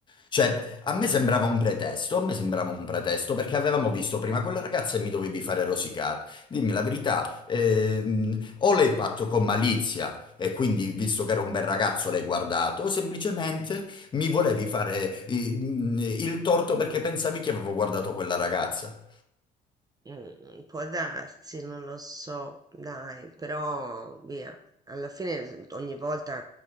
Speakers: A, on the left; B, on the right.
A: Cioè, a me sembrava un pretesto, a me sembrava un pretesto perché avevamo visto prima quella ragazza e mi dovevi fare rosicare. Dimmi la verità, ehm, o l'hai fatto con malizia e quindi, visto che era un bel ragazzo, l'hai guardato, o semplicemente mi volevi fare eh, il torto perché pensavi che avevo guardato quella ragazza.
B: Mm, può darsi, non lo so, dai, però via, alla fine s- ogni volta